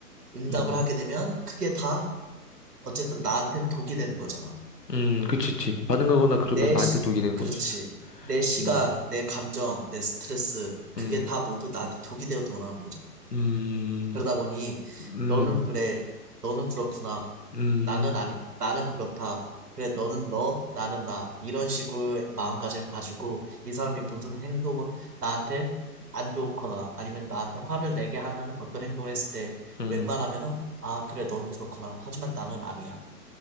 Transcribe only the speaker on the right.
응답을
하게 되면 그게 다 어쨌든 나한테는 독이 되는 거잖아.
내,
시-
그렇지.
내 시간,
내 감정, 내 스트레스, 그게
다 모두 나한테 독이 되어 돌아오는 거잖아.
그러다 보니
너는 그래, 너는 그렇구나.
나는
아니, 나는 그렇다. 그래, 너는 너, 나는 나. 이런 식으로 마음가짐을 가지고 이 사람이
무슨 행동을 나한테 안 좋거나 아니면 나한테 화를 내게 하는 어떤 행동을 했을 때
웬만하면은 아, 그래, 너는 그렇구나. 하지만 나는 아니야.